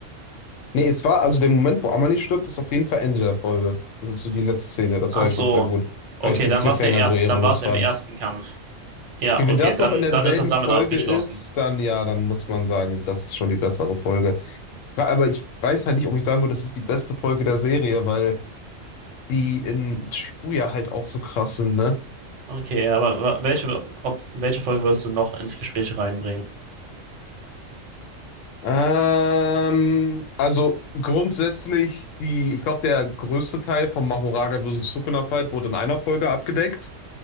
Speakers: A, on the left; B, on the right.
A: Nee, es war, also der Moment, wo Amani stirbt, ist auf jeden Fall Ende der Folge. Das ist so die letzte Szene, das
B: Ach
A: war ich
B: so,
A: noch sehr gut,
B: okay,
A: weil ich den
B: dann
A: Cliffhanger
B: war es der erste,
A: so ehrenlos
B: dann war es
A: fand.
B: im ersten Kampf. Ja,
A: Okay,
B: okay,
A: wenn das
B: dann,
A: noch in derselben
B: dann ist das damit
A: Folge
B: abgeschlossen.
A: ist, dann ja, dann muss man sagen, das ist schon die bessere Folge. Ja, Aber ich weiß halt nicht, ob ich sagen würde, das ist die beste Folge der Serie, weil die in Shibuya halt auch so krass sind, ne?
B: Okay, aber wa- welche, ob, welche Folge würdest du noch ins Gespräch reinbringen?
A: Ähm, also grundsätzlich die, ich glaube, der größte Teil vom Mahoraga versus Sukuna Fight wurde in einer Folge abgedeckt.